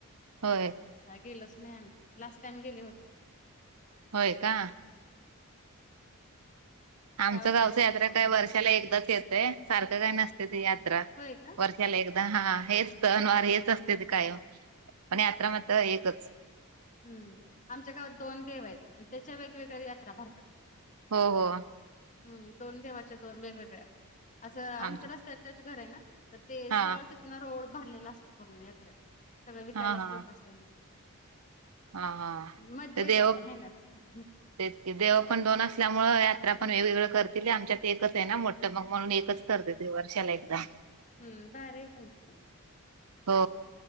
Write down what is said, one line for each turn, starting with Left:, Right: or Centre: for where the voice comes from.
Right: होय...
Left: काय गेलोच नाही आम्हीं, लास्ट टाईम गेले होते.
Right: होय, का? आमचं
Left: ह्यावेळेस
Right: गावचं
Left: काही नाही
Right: यात्रा
Left: जमलं
Right: काही वर्षाला एकदाच येतंय, सारखं काय नसत्या ती यात्रा.
Left: व्हयं का.
Right: वर्षाला एकदा हा हेच सनवार हेच येत असत्यात कायम, पण यात्रा मात्र एकच.
Left: हं.. आमच्या गावात दोन देव आहेत आणि त्याच्या वेगवेगळ्या यात्रा भरत्यात.
Right: हो, हो....
Left: हु.. दोन देवाच्या दोन वेगवेगळ्या, असं आमचं
Right: आमच
Left: रस्त्यात टच घर आहे ना, तर ते
Right: हा
Left: सरळ तिथनं रोड भरलेला असतो पूर्ण यात्रेला, सगळं विकायलाच
Right: हा हा
Left: लोकं असत्यात.
Right: हा, हा....
Left: मज्जा
Right: ते
Left: येत्या,
Right: देव
Left: पण हाय ना. हं. हं.
Right: तेच की, देव पण दोन असल्यामुळं यात्रा पण वेगवेगळं करतील आमच्यात ते एकच आहे ना, मोठं मग म्हणून एकच करत्या ती वर्षाला एकदाच.
Left: हुं.. भारी हाय तुमंच.
Right: हो....